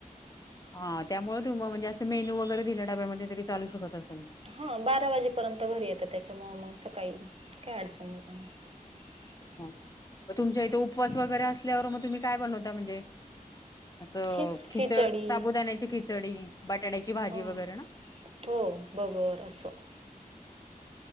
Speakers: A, on the left; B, on the right.
A: हा त्यामुळे तुम म्हणजे असं मेन्यू वगैरे दिलं डब्यामध्ये तरी चालू शकत असन.
B: हो बारा वाजेपर्यंत घरी येत त्या. त्यामुळे मग सकाळी काही काय अडचन नाही राहणार.
A: म तुमच्या इथे उपवास वगैरे असल्यावर मग तुम्ही काय बनवता म्हणजे? असं
B: हेच
A: खिचड
B: खिचडी
A: साबुदाण्याची खिचडी बटाट्याची भाजी
B: ह
A: वगैरे ना.
B: हो भगर असं.